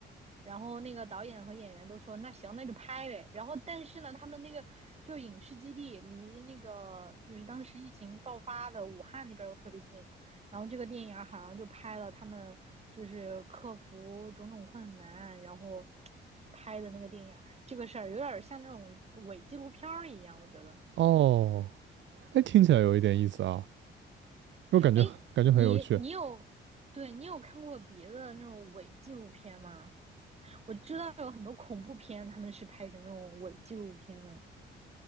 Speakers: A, on the right; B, on the right.
A: 然后那个导演和演员都说那行那就拍呗，然后但是呢，他们那个就影视基地离那个就是当时疫情爆发的武汉那边又特别近，然后这个电影好像就拍了他们就是克服种种困难，然后拍的那个电影。这个事儿有点像那种伪纪录片儿一样，我觉得。
B: 哦，哎，听起来有一点意思啊，我感觉感觉很有趣。
A: 哎，你你有对你有看过别的那种伪纪录片吗？我知道有很多恐怖片，他们是拍成那种伪纪录片的。